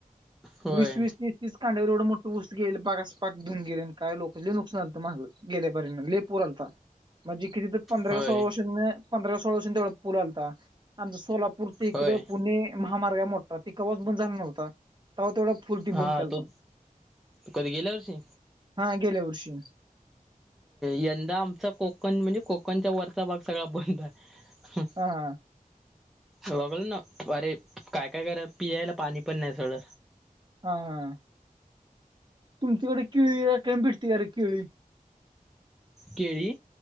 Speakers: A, in the centre; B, on the right (about 30°).
A: होय
B: वीस वीस तीस तीचांड्यावर एवढ मोठं उस्ष्ट गेल पाग असं पा धऊन गेले काय लोक नुकसान झालत म गेल्यापर्यंत. पूर आला था. म्हणजे किती तर पंधरा
A: होय
B: सोळार्ष पंधरा सोळा वर्षां तेवढा पूल आता आमचा सोलापूर इकड
A: होय
B: पुणे महामार्ग मोठा तो केव्हाच बंद झाला नव्हता. तेव्हा तेवढा फुलटी
A: हा
B: बंद केलता
A: तो कधी गेल्या वर्षी
B: हा गेल्या वर्षी.
A: यंदा आमचा कोकण म्हणजे कोकण वरचा भाग सगळा बंद आहे.
B: ह ह
A: बघाल ना अरे काय काय करा पियायला पाणी पण नाही थोड.
B: हा हा तुमच्याकडे केळी काही भेटते अ रे केळी?
A: केरी